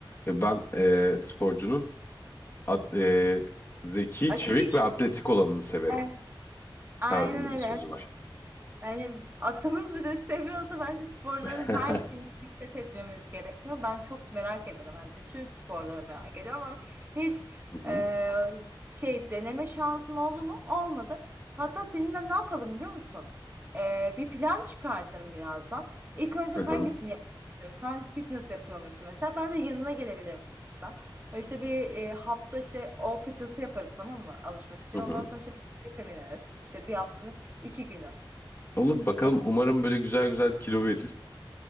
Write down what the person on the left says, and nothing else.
E, ben e, sporcunun at- e, zeki,
çevik ve atletik olanını severim
tarzında
bir sözü var.
<laughs> Hı
hı.
Hı
hı.
Hı
hı.
Olur
bakalım. Umarım böyle güzel güzel kilo veririz.